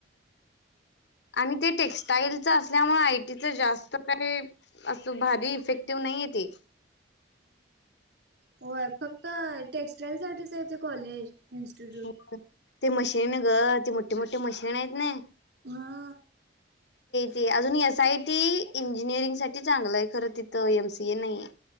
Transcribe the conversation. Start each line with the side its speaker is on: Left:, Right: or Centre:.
Left: आणि ते टेक्स्टाईलच असल्यामुळे आयटीच जास्त काय अस भारी इफेक्टिव्ह नाही आहे ते.
Right: होय! फक्त टेक्स्टाइल साठीचयं ते कॉलेज इन्स्टिट्यूट.
Left: हो ते मशीन गं ते मोठे मोठे मशिन आहेत ने
Right: हा.
Left: ते अजून एस आय टी इंजिनिअरिंग साठी चांगलं आहे. खरं तिथं एमसीए नाहीयं.